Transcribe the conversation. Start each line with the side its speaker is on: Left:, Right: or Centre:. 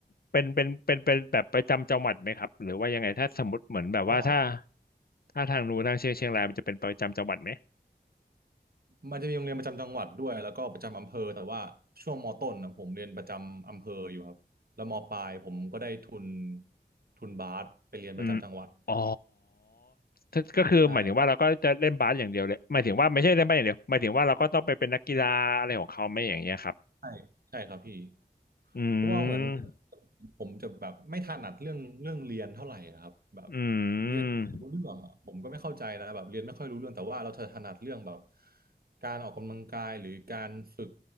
Left: เป็นเป็นเป็นเป็นแบบประจำจังหวัดไหมครับหรือว่ายังไงถ้าสมมติเหมือนแบบว่าถ้า
Right: อ๋อ
Left: ถ้าทางนู้นทางเชียงเชียงรายมันจะเป็นประจำจังหวัดไหม
Right: มันจะมีโรงเรียนประจำจังหวัดด้วยแล้วก็ประจำอำเภอแต่ว่าช่วงมต้นนะผมเรียนประจำอำเภออยู่ครับแล้วมปลายผมก็ได้ทุนทุนบาสไปเรียนประจำจังหวัด
Left: อืมอ๋อถ้าก็คือหมายถึงว่าเราก็จะเล่นบาสอย่างเดียวเลยหมายถึงว่าไม่ใช่เล่นบาสอย่างเดียวหมายถึงว่าเราก็ต้องไปเป็นนักกีฬาอะไรของเขาไหมอย่างเงี้ยครับ
Right: ใช่ ใช่ใช่ครับพี่
Left: อื
Right: เพราะว่าเหมือน
Left: ม
Right: ผมจะแบบไม่ถนัดเรื่องเรื่องเรียนเท่าไหร่อะครับแบบ
Left: อื
Right: เรียนไม่ค่อยรู้เรื่องอะผมก็ไม่เข้าใจนะแบบเรียนไม่ค่อยรู้เรื่องแต่ว่าเราถนัดเรื่องแบบ
Left: ม
Right: การออกกำลังกายหรือการฝึก